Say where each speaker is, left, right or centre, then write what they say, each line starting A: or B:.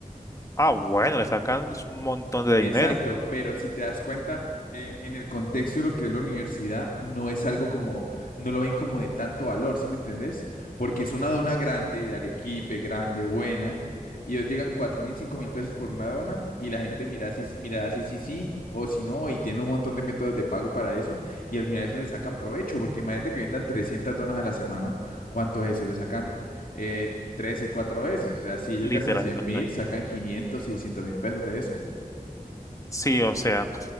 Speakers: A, on the left (about 20°); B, on the left (about 70°).
A: Ah, bueno, le sacan un montón de dinero,
B: Exacto, pero si te das cuenta, en, en el contexto de lo que es la universidad, no es algo como, no lo ven como de tanto valor, ¿sí me entendés? Porque es una dona grande, de Arequipe, grande, buena, y ellos llegan cuatro mil, cinco mil pesos por una dona, y la gente mira si, mira si sí, sí, o si no, y tiene un montón de métodos de pago para eso, y al final eso le sacan provecho, porque imagínate que vendan 300 donas a la semana, ¿cuánto es eso? Le sacan... eh, tres y cuatro veces, o sea, si ellos
A: literalmente.
B: gastan cien mil, sacan quinientos, seiscientos mil pesos de eso.
A: Sí, o sea,